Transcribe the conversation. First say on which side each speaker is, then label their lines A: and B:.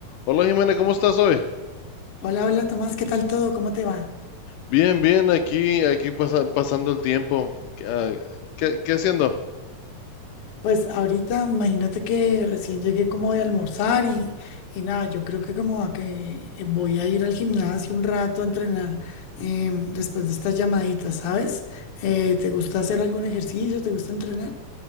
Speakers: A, on the left (about 80°); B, on the left (about 55°).
A: Hola Jimena, ¿cómo estás hoy?
B: Hola, hola Tomás, ¿qué tal todo? ¿Cómo te va?
A: Bien, bien, aquí, aquí pasa- pasando el tiempo. Ah, ¿Qué, qué haciendo?
B: Pues ahorita imagínate que recién llegué como de almorzar y, y nada, yo creo que como a que eh, voy a ir al gimnasio un rato a entrenar em, después de estas llamaditas, ¿sabes? Eh, ¿te gusta hacer algún ejercicio? ¿Te gusta entrenar?